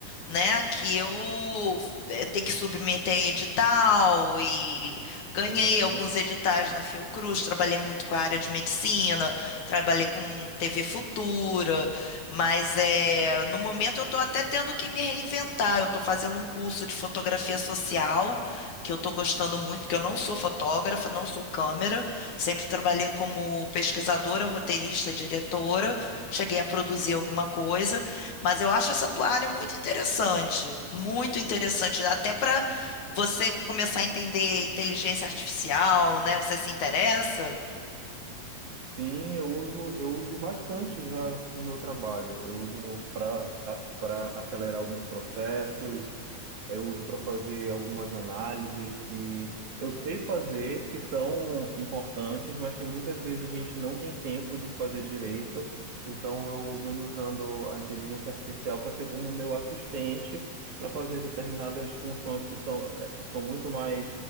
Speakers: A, on the left (about 55°); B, on the right (about 55°).
A: né? Que eu eh, tenho que submeter a edital e ganhei
B: Uhum.
A: alguns editais na Fiocruz, trabalhei muito com a área de medicina, trabalhei com TV Futura, mas é, no momento eu estou até tendo que me reinventar. Eu estou fazendo um curso de fotografia social, que eu estou gostando muito, porque eu não sou fotógrafa, não sou câmera. Sempre trabalhei como pesquisadora, roteirista, diretora, cheguei a produzir alguma coisa, mas eu acho essa tua área muito interessante, muito interessante, até para você começar a entender inteligência artificial, né? Você se interessa?
B: Sim, eu uso, eu uso bastante já no meu trabalho. Eu uso para para acelerar alguns processos, é, Eu uso para fazer algumas análises que eu sei fazer, que são importantes, mas que muitas vezes a gente não tem tempo de fazer direito. Então eu venho usando a inteligência artificial para ser como meu assistente para fazer determinadas funções que são, é, que são muito mais